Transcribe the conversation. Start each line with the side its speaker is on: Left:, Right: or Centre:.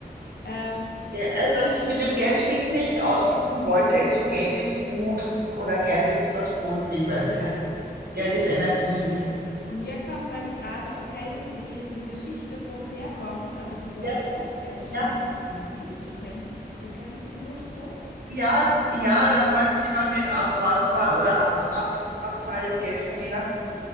Left: Ähm,
Right: Ja, Also was ich mit dem Geld stinkt nicht ausdrücken wollte, ist so, Geld ist gut oder Geld ist was Positives,
Left: ja.
Right: Geld, Geld ist Energie.
Left: Und mir kommt dann gerade, okay, die, die Geschichte, wo es herkommt, also dieser
Right: Ja,
Left: Spruch, Geld stin-
Right: ja.
Left: stinkt nicht, du kennst, du kennst den Ursprung?
Right: Ja, d- ja, da wollten Sie mal mit Abwasser oder Ab, Ab, Abfall Geld verdienen.